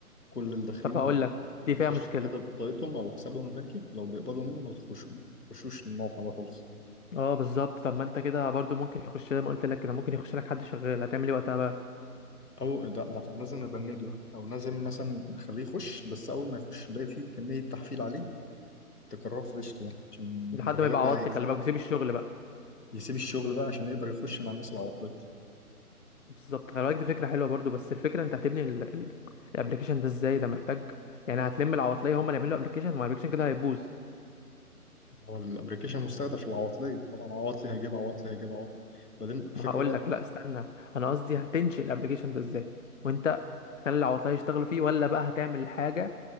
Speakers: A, on the left; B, on the left.
A: كل اللي داخلين
B: طب هقول
A: بقى-
B: لك
A: بيخشوا
B: دي فيها مشكله
A: كده بطاقتهم أو حسابهم البنكي لو بيقبضوا منه ما يخشوش يخشوش الموقع ده خالص
B: اه بالظبط طب ما انت كده برضو ممكن يخش زي ما قلت لك كده ممكن يخش لك حد شغال هتعمل ايه وقتها بقى
A: أو لا ده احنا لازم نبنده ده أو لازم مثلا نخليه يخش بس أول ما يخش نلاقي فيه كمية تحفيل عليه تكرره في عيشته يعني عشان
B: لحد
A: الغلابة
B: ما يبقى عواطلي
A: يكسبها
B: خلي بالك وسيب الشغل بقى
A: يسيب الشغل بقى عشان يقدر يخش مع الناس العواطلية
B: بالظبط خلي بالك دي فكره حلوه برضو بس الفكره انت هتبني ال- ال- الابليكيشن ده ازاي ده محتاج يعني هتلم العواطليه هم اللي يعملوا ابليكيشن ما الابليكيشن كده هيبوظ
A: هو الأبلكيشن مستهدف العواطلية طبعا عواطلي هيجيب عواطلي هيجيب عواطلي بعدين الفكرة
B: ما هقول
A: بقى
B: لك لا استنى انا قصدي هتنشئ الابليكيشن ده ازاي وانت هتخلي العواطليه يشتغلوا فيه ولا بقى هتعمل الحاجه